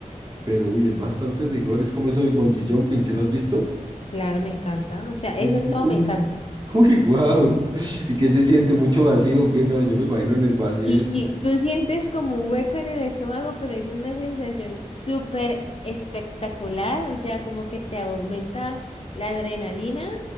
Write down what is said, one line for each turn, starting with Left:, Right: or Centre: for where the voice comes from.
Right: pero uy, es bastante rigor, es como eso del bungee jumping, ¿sí lo has visto?
Left: Claro, me encanta. O sea,
Right: En
Left: eso
Right: serio,
Left: todo
Right: Uy,
Left: me encanta.
Right: Uy, wow. ¿Y qué se siente mucho vacío? Que no, yo me imagino en el vacío
Left: Y
Right: es
Left: tú sientes como un hueco en el estómago, pero es una sensación súper espectacular. O sea, como que te aumenta la adrenalina